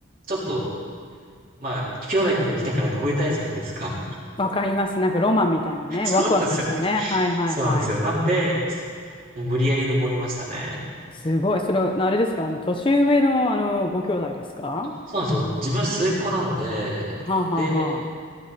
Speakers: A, on the right; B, on the left.
A: ちょっと、まあ、兄弟で来たから登りたいじゃないですか。<laughs>
B: わかります。なんかロマンみたいなね。
A: そうなんですよ。
B: ワクワクしたね。はいはいはい。
A: そうなんですよ。なんで、もう無理やり登りましたね。
B: すごい。それ、あれですかあの、年上の、あの、ご兄弟ですか
A: あ、そうなんですよ。自分は末っ子なので、
B: はあはあは
A: で、